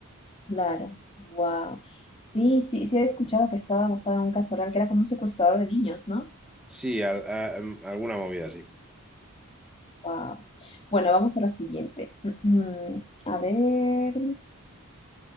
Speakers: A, on the left; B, in the centre.
A: Claro. Wow. Sí, sí, sí había escuchado que estaba basada en un caso real, que era como un secuestrador de niños, ¿no?
B: Sí, al- a- em, alguna movida así.
A: Wow. Bueno, vamos a la siguiente. <clears throat> A ver,